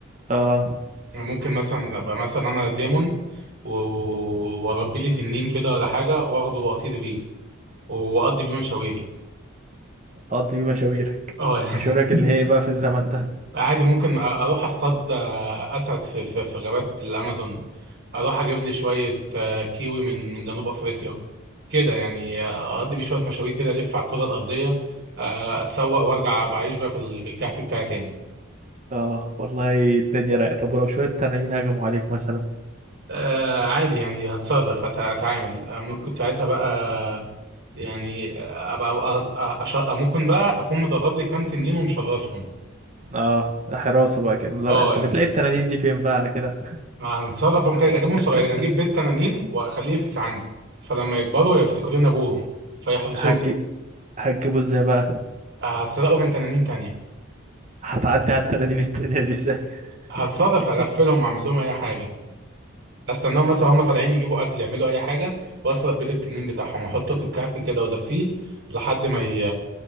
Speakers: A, on the right; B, on the right.
A: اه
B: ممكن مثلا ابقى مثلا انا ديمون و- واربي لي تنين كده ولا حاجه واخده واطير بيه واقضي بيه مشاويري
A: اقضي بيه مشاويرك
B: اه يعني
A: مشاويرك
B: <laughs>
A: اللي هي إيه بقى في الزمن ده
B: عادي ممكن أ- اروح اصطاد اسد في في, في غابات الامازون اروح اجيب لي شويه آه، كيوي من من جنوب افريقيا كده يعني اقضي بيه شويه مشاوير كده الف على الكره الارضيه آه، اتسوق وارجع بعيش بقى في ال- في الكهف بتاعي تاني
A: اه والله الدنيا رايقه طب ولو شويه تنانين هجموا عليك مثلا
B: آه عادي يعني هتصرف هت- هتعامل آه، ممكن ساعتها بقى يعني آه، ابقى أ- أ- أش- ممكن بقى اكون مدرب لي كام تنين ومشرسهم
A: اه حراسه بقى كده مدار...
B: اه
A: انت
B: يعني
A: بتلاقي التنانين دي فين بقى على كده
B: ما هنتصرف ممكن
A: <laughs>
B: اجيبهم صغيرين اجيب بيت تنانين واخليه يفقس عندي فلما يكبروا يفتكرون ابوهم فيحرسوني
A: هتجي... هتجيبه ازاي بقى
B: هتسرقوا من تنانين تانية
A: هتعدي على التنانين التانية دي ازاي <laughs>
B: هتصرف هغفلهم واعمل لهم اي حاجه استناهم مثلا هم طالعين يجيبوا اكل يعملوا اي حاجه واسرق بيض التنين بتاعهم واحطه في الكهف كده وادفيه لحد ما ي...